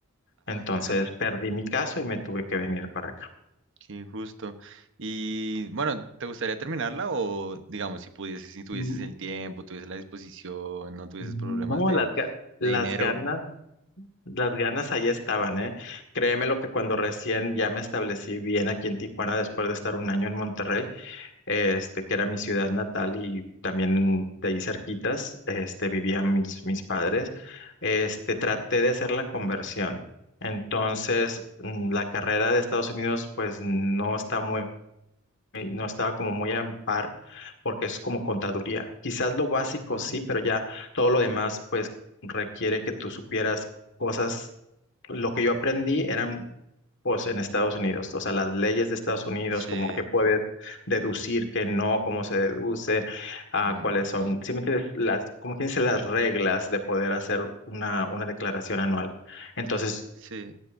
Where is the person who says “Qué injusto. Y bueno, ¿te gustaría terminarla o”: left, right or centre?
Right